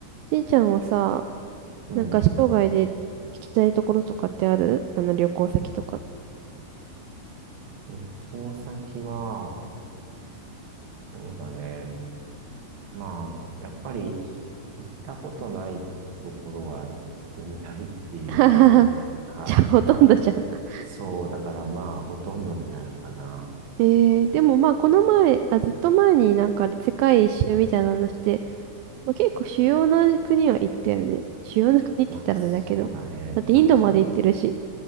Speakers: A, on the right (about 85°); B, on the right (about 45°).
A: しんちゃんはさ、
B: うん。
A: なんか生涯で行きたいところとかってあるあの旅行先とか。
B: 旅行先は、そうだね。まあ、やっぱり、行ったことないところは行ってみたいっていうイメージがあるから、
A: <laughs> ははは。じゃあほとんどじゃん。<laughs>
B: そう、だからまあ、ほとんどになるかな。
A: えー、でもまあこの前、あ、ずっと前になんか世界一周みたいなのして、まあ、結構主要な国は行ったよね。主要な国って言ったらあれだけど。
B: まあ、そうだね。
A: だってインドまで行ってるし。
B: まあ、そういう、